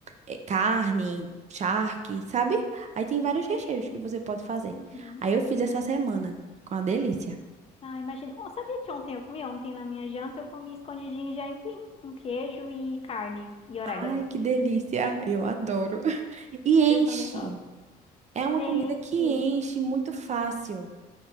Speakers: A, on the right (about 45°); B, on the left (about 35°).
A: eh, carne, charque, sabe? Aí tem vários
B: Sei.
A: recheios que você pode fazer.
B: Uhum.
A: Aí eu fiz essa semana, com uma delícia.
B: Ah, imagina. Oh, sabia que ontem eu comi? Ontem na minha janta eu comi escondidinho de aipim com queijo e carne e orégano.
A: Ai, que delícia! Eu adoro. <laughs> E enche.
B: Eu também gosto.
A: É uma
B: Gente,
A: comida que
B: sim.
A: enche muito fácil.